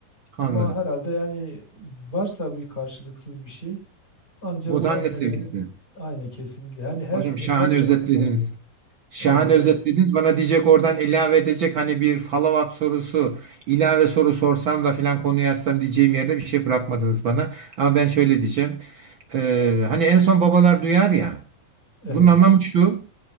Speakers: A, on the left; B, on the right.
A: Ama
B: anladım.
A: herhalde yani varsa bir karşılıksız bir şey anca
B: O
A: bu
B: da
A: annelerin
B: anne sevgisi.
A: aynı kesinlikle. Yani her
B: Hocam
A: her
B: şahane
A: canlıda
B: özetlediniz.
A: öyle.
B: Şahane
A: E, yani
B: özetlediniz. Bana diyecek oradan ilave edecek hani bir follow-up sorusu, ilave soru sorsam da filan konuyu açsam diyeceğim yerde bir şey bırakmadınız bana. Ama ben şöyle diyeceğim. Ee, hani en son babalar duyar ya.
A: evet.
B: Bunun anlamı şu.